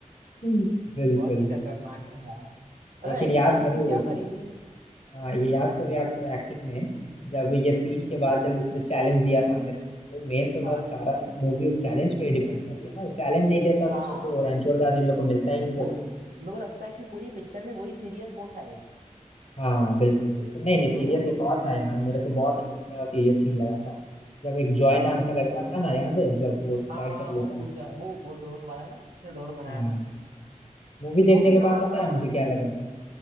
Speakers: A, on the left (about 50°); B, on the right (about 85°).
A: हम्म। बिल्कुल
B: बहुत ही खतरनाक था यार मतलब
A: लेकिन
B: एक्टिंग
A: याद करो
B: भी क्या करी थी
A: हाँ ये याद करो याद करो एक्टिंग में जब ये स्पीच
B: हम्म।
A: के बाद जब उसने चैलेंज दिया था आमिर वो मेन तो बस
B: हाँ
A: सारा मूवी उस चैलेंज पे ही डिपेंड कर गया ना वो चैलेंज नहीं देता तो
B: हाँ
A: सोचो रणछोड़ दास इन लोग को मिलता ही नहीं
B: वो
A: कभी
B: मेरे को लगता है कि पूरी पिक्चर में वही सीरियस वो था एक
A: हाँ बिल्कुल बिल्कुल नहीं नहीं सीरियस
B: सीरियस
A: एक
B: सीन
A: और था यार मेरे को बहुत इमोशनल और सीरियस सीन लगा था जब एक जॉय
B: कौन
A: नाम
B: सा
A: का लड़का था ना याद है जब वो सुसाइड
B: हाँ हाँ
A: कर लेता
B: वो कूद
A: है
B: जा वो वो ड्रोन वाला ना जिसने ड्रोन बनाया
A: हाँ
B: था
A: मूवी देखने
B: वो भी
A: के
B: यहाँ
A: बाद पता
B: पर
A: है मुझे क्या लगा